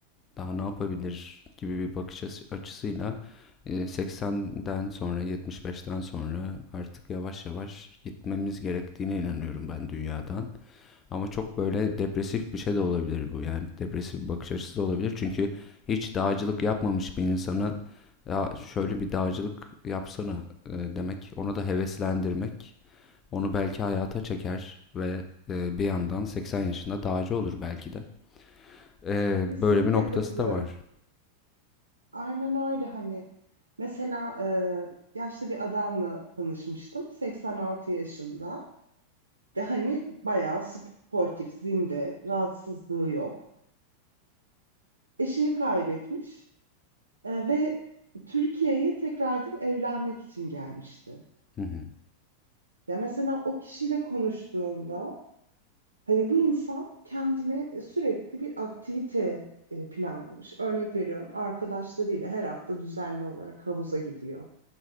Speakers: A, on the left (about 25°); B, on the right (about 75°).
A: daha ne yapabilir gibi bir bakış açısıyla e, 80'den sonra 75'ten sonra artık yavaş yavaş gitmemiz gerektiğine inanıyorum ben dünyadan. Ama çok böyle depresif bir şey de olabilir bu. Yani depresif bir bakış açısı da olabilir. Çünkü hiç dağcılık yapmamış bir insana ya şöyle bir dağcılık yapsana e, demek, ona da heveslendirmek, onu belki hayata çeker ve e, bir yandan 80 yaşında dağcı olur belki de. E,
B: Kesinlikle
A: böyle bir noktası
B: katılıyorum.
A: da var.
B: Aynen öyle hani. Mesela e, yaşlı bir adamla tanışmıştım. 86 yaşında ve hani bayağı sportif, zinde, rahatsızlığı yok. Eşini kaybetmiş e, ve Türkiye'ye tekrardan evlenmek için gelmişti.
A: Hı hı.
B: Ya mesela o kişiyle konuştuğumda hani bu insan kendine sürekli bir aktivite e, planlamış. Örnek veriyorum arkadaşlarıyla her hafta düzenli olarak havuza gidiyor.